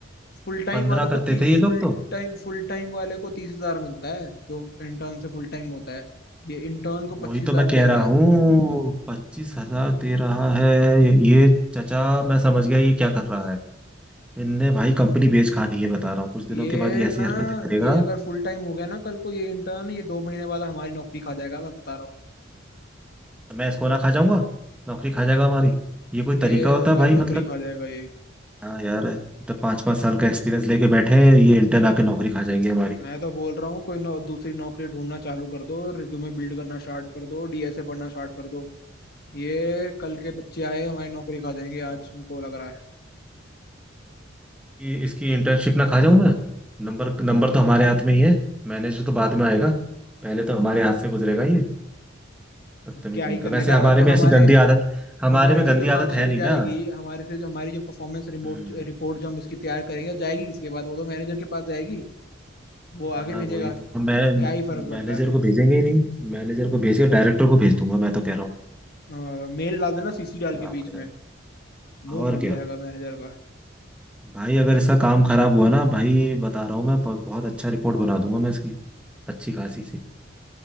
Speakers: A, on the left (about 50°); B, in the centre.
A: फुल टाइम
B: पंद्रह
A: वालों को
B: करते
A: ती,
B: थे
A: फुल
B: ये लोग तो
A: टाइम फुल टाइम वाले को तीस हजार मिलता है जो इंटर्न से फुल टाइम होता है ये इंटर्न को
B: वही
A: पच्चीस
B: तो
A: हजार
B: मैं कह
A: दे
B: रहा
A: रहा है
B: हूँ पच्चीस हजार दे रहा है ये चचा मैं समझ गया ये क्या कर रहा है इनने भाई कंपनी बेच खा दी है बता रहा हूँ कुछ दिनों
A: ये
B: के बाद ये ऐसी
A: ना
B: हरकतें करेगा
A: ये अगर फुल टाइम हो गया ना कल को ये इंटर्न ये दो महीने बाद हमारी नौकरी खा जाएगा मैं बता रहा हूँ
B: तो मैं इसको ना खा जाऊंगा नौकरी खा जाएगा हमारी ये कोई
A: ये
B: तरीका
A: हमारी
B: होता है भाई
A: नौकरी
B: मतलब
A: खा जाएगा ये
B: हाँ यार तो पांच पांच साल का एक्सपीरियंस लेके बैठे हैं ये इंटर्न आके नौकरी खा जाएंगे हमारी
A: मैं तो बोल रहा हूँ कोई नौ, दूसरी नौकरी ढूंढना चालू कर दो रिज्यूमे बिल्ड करना स्टार्ट कर दो डीएसए पढ़ना स्टार्ट कर दो ये कल के बच्चे आए हमारी नौकरी खा जाएंगे आज मेरे को लग रहा है
B: कि इसकी इंटर्नशिप ना खा जाऊं मैं नंबर नंबर तो हमारे हाथ में ही है मैनेजर तो बाद में आएगा पहले तो हमारे हाथ से गुजरेगा ये बदतमीज
A: क्या ही
B: नहीं
A: कर
B: कर वैसे
A: लेगा
B: हमारे
A: तो
B: में
A: हमारे
B: ऐसी गंदी आदत हमारे
A: हमारे
B: में
A: से
B: गंदी
A: जो मार्कशीट
B: आदत है नहीं
A: जाएगी
B: ना
A: हमारे से जो हमारी जो परफॉर्मेंस रिमोट
B: हम्म
A: रिपोर्ट जो हम इसकी तैयार करेंगे वो जाएगी इसके बाद वो तो मैनेजर के पास जाएगी वो
B: हाँ
A: आगे भेजेगा
B: वही तो हम- मैं
A: क्या ही फर्क पड़ता
B: मैनेजर को भेजेंगे ही नहीं मैनेजर को भेज के डायरेक्टर को भेज दूंगा मैं तो कह रहा हूँ
A: है मेल डाल देना सीसी डाल
B: जब
A: के
B: आप
A: बीच
B: कह रहे
A: में मुंह
B: हैं और
A: बन
B: क्या
A: जाएगा मैनेजर का
B: भाई अगर इसका काम खराब हुआ ना भाई बता रहा हूँ मैं ब- बहुत अच्छा रिपोर्ट बना दूंगा मैं इसकी अच्छी खासी सी